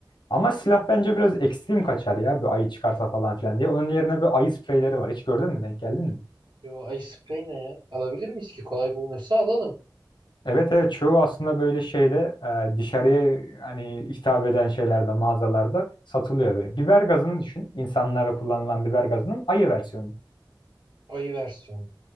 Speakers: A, on the left; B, on the right.
A: Ama silah bence biraz ekstrem kaçar ya. Bir ayı çıkarsa falan filan diye. Onun yerine böyle ayı spreyleri var. Hiç gördün mü? Denk geldin mi?
B: Yo ayı sprey ne ya? Alabilir miyiz ki? Kolay bulunursa alalım.
A: Evet evet çoğu aslında böyle şeyde e, dışarıya hani hitap eden şeylerde mağazalarda satılıyor böyle. Biber gazını düşün. İnsanlara kullanılan biber gazının ayı versiyonu.
B: Ayı versiyonu.